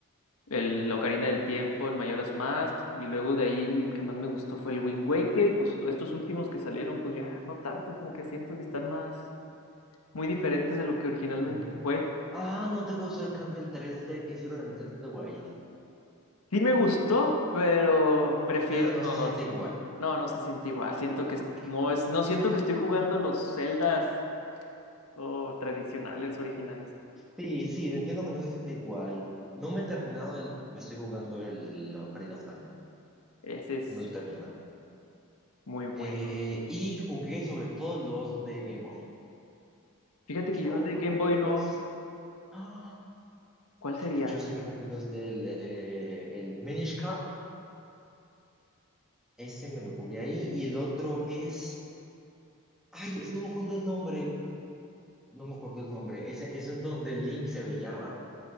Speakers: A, on the left; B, in the centre.
A: el la Ocarina del Tiempo, el Majora's Mask, y luego de ahí el que más me gustó fue el Wind Waker, y pues estos últimos que salieron, pues ya no tanto, como que siento que están más, muy diferentes de lo que originalmente
B: Mm,
A: fue.
B: Ah, no te gusta el cambio el tres d que hicieron en Breath of the Wild,
A: Sí me gustó, pero prefiero
B: pero no se siente
A: los...
B: igual.
A: No, no se siente igual. Siento
B: Ok.
A: que no es, no siento que estoy jugando los Zeldas o tradicionales, originales.
B: Sí, sí, entiendo que no se siente igual. No me he terminado el, me estoy jugando el Ocarina of Time.
A: Ese es
B: No me lo he terminado.
A: muy bueno.
B: Eh, y jugué sobre todo los de Game Boy.
A: Fíjate
B: Yo
A: que yo de
B: me
A: Game
B: jugué
A: Boy
B: los.
A: no.
B: ¡Ah!
A: ¿Cuál sería?
B: Yo sí me jugué los del eh, el Minish Cup. Ese me lo jugué ahí. Y el otro es. Ay, es- no me acuerdo el nombre. No me acuerdo el nombre. Ese es en donde Link se veía raro.